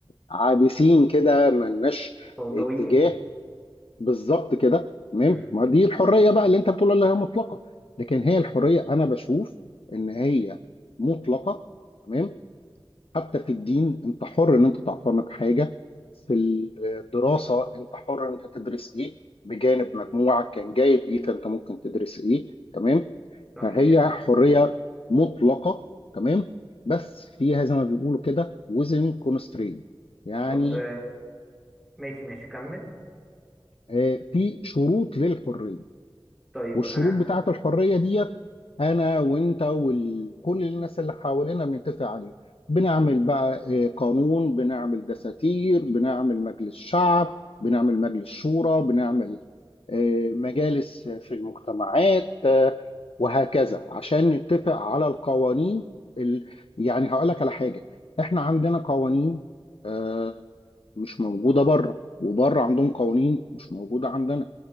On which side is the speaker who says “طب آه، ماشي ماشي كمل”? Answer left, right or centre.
Centre